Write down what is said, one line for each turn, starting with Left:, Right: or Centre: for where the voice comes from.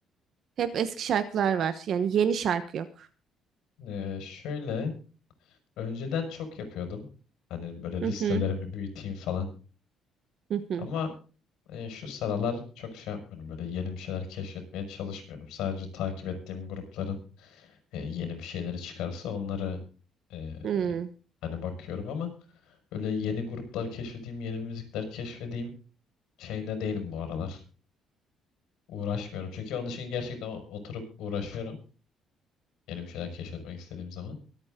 Right: Hep eski şarkılar var. Yani yeni şarkı yok.
Left: Ee, şöyle önceden çok yapıyordum. Hani böyle listelerimi
Right: Hı hı
Left: büyüteyim falan.
Right: hı hı.
Left: Ama e, şu sıralar çok şey yapmıyorum. Böyle yeni bir şeyler keşfetmeye çalışmıyorum. Sadece takip ettiğim grupların e, yeni bir şeyleri çıkarsa onları e,
Right: hı.
Left: hani bakıyorum ama Öyle yeni gruplar keşfedeyim, yeni müzikler keşfedeyim şeyinde değilim bu aralar. Uğraşmıyorum. Çünkü onun için gerçekten o- oturup uğraşıyorum. Yeni bir şeyler keşfetmek istediğim zaman.